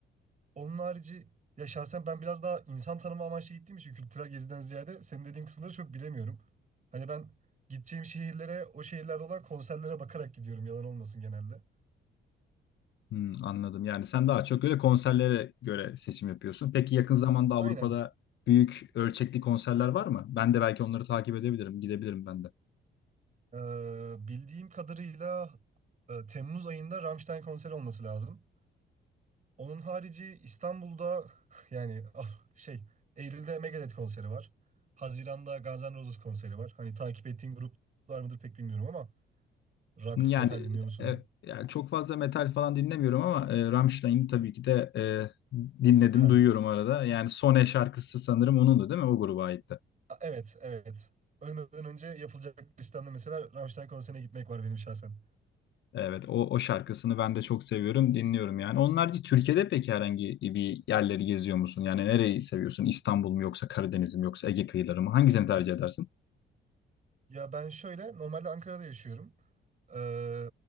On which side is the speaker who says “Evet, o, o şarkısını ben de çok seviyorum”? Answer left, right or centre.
Left